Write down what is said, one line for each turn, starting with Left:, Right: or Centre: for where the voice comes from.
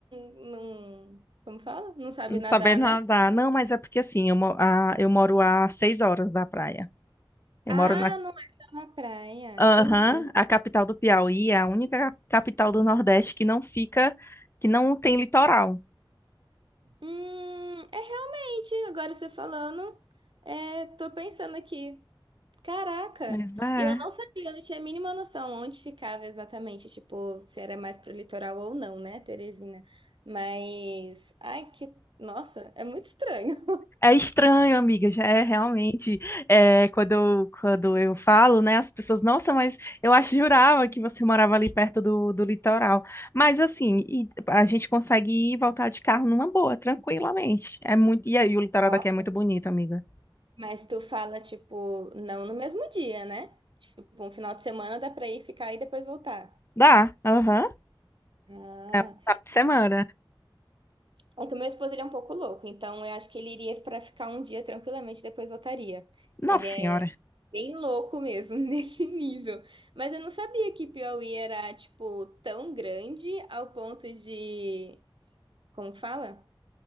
Right: não... Como fala? Não sabe
Left: Não
Right: nadar,
Left: saber nadar.
Right: né?
Left: Não, mas é porque assim, eu, mo- a- eu moro a seis horas da praia. Eu
Right: Ah,
Left: moro na.
Right: não é só na praia.
Left: Aham,
Right: Entendi.
Left: a capital do Piauí é a única capital do Nordeste que não fica, que não tem litoral.
Right: Hum, é realmente, agora você falando, é, tô pensando aqui. Caraca!
Left: Mas é.
Right: E eu não sabia, eu não tinha a mínima noção onde ficava exatamente, tipo, se era mais pro litoral ou não, né, Teresina? Mas, ai, que, nossa, é muito estranho.
Left: É estranho, amiga, já é realmente. é, quando eu, quando eu falo, né, as pessoas, nossa, mas eu acho jurava que você morava ali perto do, do litoral. Mas assim, e a gente consegue ir e voltar de carro numa boa, tranquilamente. É muito, e aí o litoral
Right: Nossa.
Left: daqui é muito bonito, amiga.
Right: Mas tu fala, tipo, não no mesmo dia, né? Tipo, um final de semana dá pra ir ficar e depois voltar.
Left: Dá, aham,
Right: Ah.
Left: é um final de semana.
Right: É que o meu esposo ele é um pouco louco, então eu acho que ele iria pra ficar um dia tranquilamente e depois voltaria.
Left: Nossa
Right: Ele é
Left: senhora.
Right: bem louco mesmo, <laughs> nesse nível. Mas eu não sabia que Piauí era, tipo, tão grande ao ponto de. Como que fala?